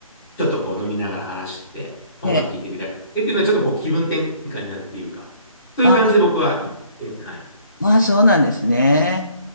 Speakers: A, in the centre; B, on the left.
A: ちょっとこう飲みながら話して、音楽聴いてリラックスしてっていうのは、
B: ええ、
A: ちょっとこう気分転換になるっていうか、そういう感じで僕は行ってますね。
B: あ、
A: はい。
B: まあ、そうなんですね。